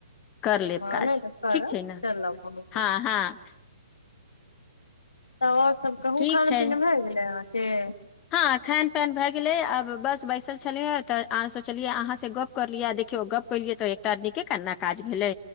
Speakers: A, on the left (about 20°); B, on the left (about 85°).
A: कर लेब
B: हँ
A: काज
B: नहि तऽ करब
A: ठीक छै ने
B: चलब हम सब
A: हँ हँ
B: त <unintelligible> सब कहूँ
A: ठीक
B: खान
A: छै
B: पीने भए गेलै हं <unintelligible>
A: हँ खैान पन भए गेलै आब बस बैसल छलियै तऽ आ सोचलियै अहाँ से गप्प करलियै देखियौ गप्प केलियै तऽ एकटा आ नीके कन्ना काज भेलै